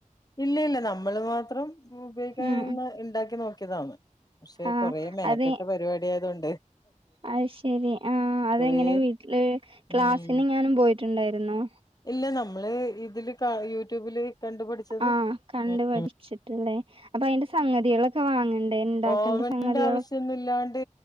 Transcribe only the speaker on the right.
ഉം
ആഹ്
അതെ
അത് ശെരി ആ അതെങ്ങനെ
വീട്ടില് ക്ലാസിന്
ങ്ങാനും പോയിട്ടുണ്ടായിരുന്നോ?
ആഹ് കണ്ട്
<unintelligible> അപ്പൊ അതിന്റെ സംഗതികളൊക്കെ വാങ്ങണ്ടേ? ഇണ്ടാക്കണ്ട
സംഗതികളൊ